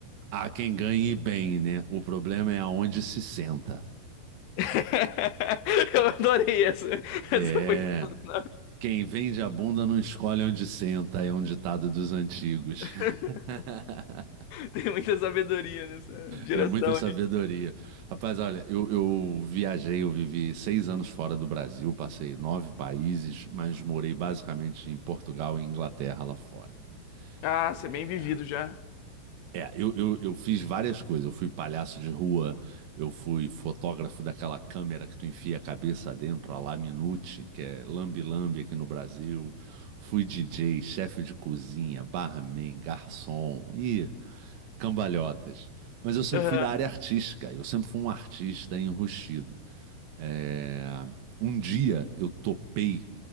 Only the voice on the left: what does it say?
<laughs> Eu adorei essa.
Essa foi sensacional.
<laughs>
Tem muita sabedoria nessa geração
aí.
Ah,
você é bem vivido já.
Aham.